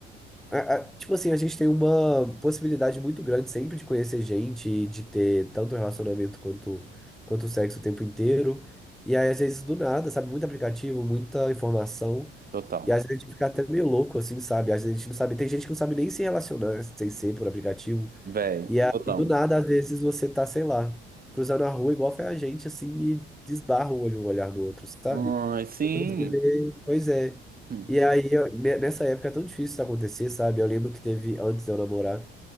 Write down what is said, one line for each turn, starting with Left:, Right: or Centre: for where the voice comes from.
Centre: a- a- tipo assim, a gente tem uma possibilidade muito grande sempre de conhecer gente e de ter tanto relacionamento quanto, quanto sexo o tempo inteiro. E aí, às vezes, do nada, sabe? Muito aplicativo, muita informação.
Right: Total.
Centre: E às vezes a gente fica até meio louco, assim, sabe? Às vezes a gente não sabe. Tem gente que não sabe nem se relacionar sem ser por aplicativo.
Right: Velho,
Centre: E aí,
Right: total.
Centre: do nada, às vezes você tá, sei lá, cruzando a rua igual foi a gente, assim, e desbarra o olho, o olhar do outro, sabe?
Right: Ai, sim.
Centre: Quando Você vê, pois é.
Right: Hum,
Centre: E aí, eu- ne- nessa época é tão difícil isso acontecer, sabe? Eu lembro que teve, antes de eu namorar,